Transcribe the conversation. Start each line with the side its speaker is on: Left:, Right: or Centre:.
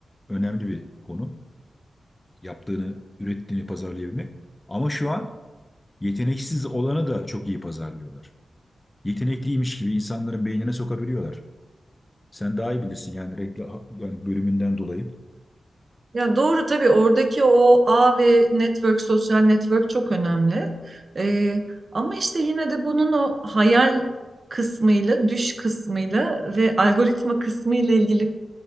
Left: önemli bir konu. yaptığını, ürettiğini pazarlayabilmek. Ama şu an yeteneksiz olanı da çok iyi pazarlıyorlar. Yetenekliymiş gibi insanların beynine sokabiliyorlar. Sen daha iyi bilirsin yani reklam yani bölümünden dolayı.
Right: Ya doğru tabii oradaki o ağ ve network, sosyal network çok önemli. Ee, ama işte yine de bunun o hayal kısmıyla, düş kısmıyla ve algoritma kısmıyla ilgili